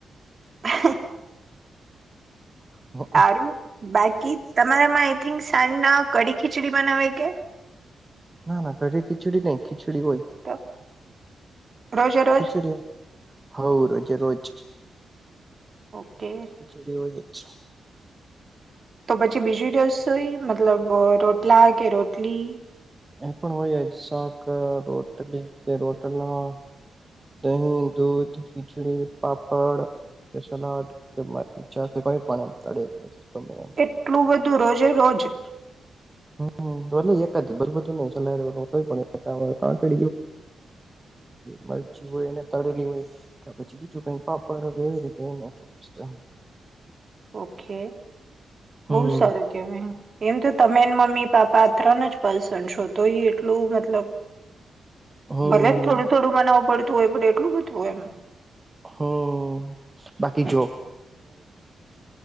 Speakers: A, on the right; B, on the right.
A: <inaudible>
B: હમ,
A: હારું બાકી તમારામાં આઈ થિંક સાંજ ના કડી ખીચડી બનાવે કે
B: ના ના કઢી ખીચડી નય ખીચડી હોય
A: તો રોજે રોજ
B: ખીચડી હોવ રોજે રોજ
A: ઓકે
B: ખીચડી હોય જ છે.
A: તો પછી બીજી રસોઈ મતલબ રોટલા કે રોટલી
B: એ પણ હોય જ શાક રોટલી કે રોટલા દહીં દૂધ ખિચડી પાપડ સલાડ પામચા કે કઈ પણ એમ તેડેલી વસ્તુ ગમે એમ
A: એટલું બધું રોજે રોજ
B: હમ્મ ધોલે એકાદ બધું બધું ની સલાડ મરચૂ હોયને તળેલી હોય. પછી બીજું કઈ પાપડ એવી રીતે
A: ઓકે
B: હમ
A: બહુ સારું કેવાય એમ એમ તો તમને મમ્મી પાપા ત્રણ જ પર્સન છો તોયે એટલું મતલબ
B: હમ
A: ભલે ને થોડું થોડું બનાવું પડતું હોય, પણ એટલું બધુંય એમ
B: હમ્મ બાકી જો